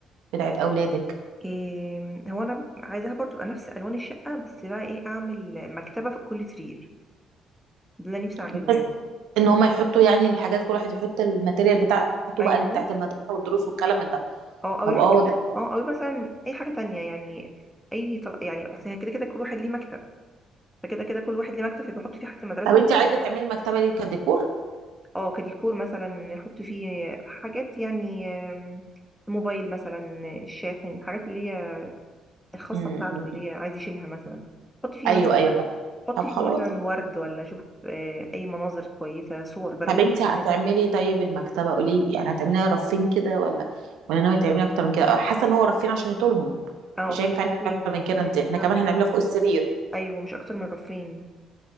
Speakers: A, on the right; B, in the centre.
A: بتاعت اولادك
B: إيه هو انا عايزاها برضو تبقى نفس الوان الشقه بس بقى ايه اعمل مكتبه في كل سرير ده اللي نفسي اعمله
A: بحيث
B: يعني
A: ان هم يحطوا يعني الحاجات كل واحد يحط الماتيريال بتاعته
B: ايوه
A: بقى اللي بتاعت المدرسه والدروس والكلام من ده
B: اه او
A: طب
B: يحط
A: اه
B: اه او مثلا اي حاجه تانية يعني اي طل... يعني اصل هي كده كده كل واحد ليه مكتب فكده كده كل واحد ليه مكتب فيبقى يحط فيه حاجه المدرسه
A: طب انت
B: و...
A: عايزه تعملي المكتبه دي كديكور
B: اه كديكور مثلا يحط فيه حاجات يعني آم، موبايل مثلا الشاحن الحاجات اللي الخاصة
A: امم
B: بتاعته اللي هي عايز يشيلها مثلا حطي فيه
A: ايوه
B: مثلا
A: ايوه فاهمة.
B: حطي
A: طب
B: فيه
A: خلاص
B: مثلا ورد ولا شوف آه، أي مناظر كويسة صور براويز
A: طب انت هتعملي
B: مثلاً.
A: طيب المكتبه قولي لي يعني هتعمليها رفين كده ولا ولا ناويه تعمليها اكتر من كده حاسه ان هو رفين عشان يطولهم
B: اه
A: مش
B: هو
A: هينفع
B: رفرين
A: نعمل اكتر
B: مش
A: من كده انت احنا
B: لا
A: كمان
B: مش
A: هنعملها فوق السرير
B: أيوه مش أكتر من رفرين